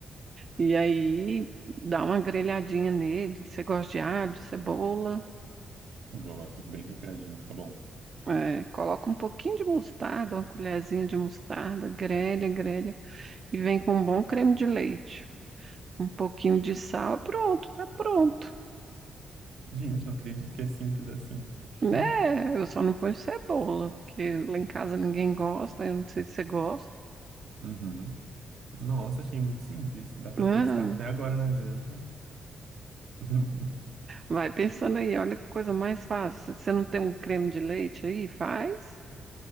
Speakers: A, on the right (about 45°); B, on the right (about 75°).
A: E aí dá uma grelhadinha nele. Você gosta de alho, cebola,
B: Gosto, bem temperadinho, fica bom.
A: é, coloca um pouquinho de mostarda, uma colherzinha de mostarda, grelha, grelha, e vem com um bom creme de leite. Um pouquinho de sal, pronto, tá pronto.
B: Gente, não acredito que é simples assim. <laughs>
A: É, eu só não ponho cebola, porque lá em casa ninguém gosta, eu não sei se você gosta.
B: Uhum. Nossa, achei muito simples. Dá pra
A: Ah,
B: testar até agora na janta. <laughs>
A: vai pensando aí, olha que coisa mais fácil. Você não tem um creme de leite aí? Faz.